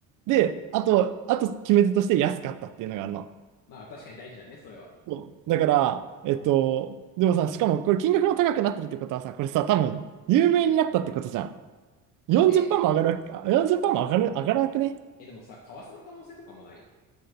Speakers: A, on the right (about 65°); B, on the left (about 70°).
A: で、あと、あと決め手として安かったっていうのがあるの。
B: まあ確かに大事だね、それは。
A: そうだから、えっと、でもさ、しかもこれ金額も高くなってるってことはさ、これさ、多分、有名になったってことじゃん。40%
B: え、
A: も上がるわけか、40%も上がる、上がらなくね
B: え、でもさ、為替の可能性とかもない